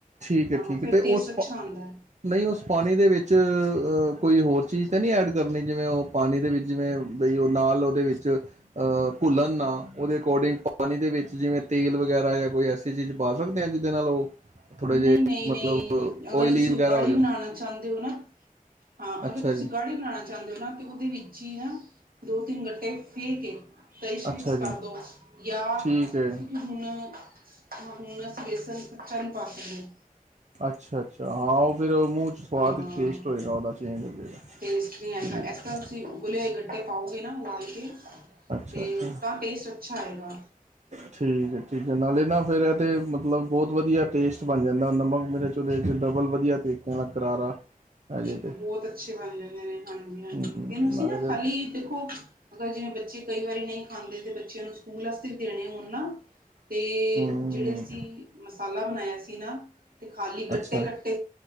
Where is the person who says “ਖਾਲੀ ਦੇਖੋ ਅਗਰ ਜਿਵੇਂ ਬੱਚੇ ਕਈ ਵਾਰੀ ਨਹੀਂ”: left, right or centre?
Right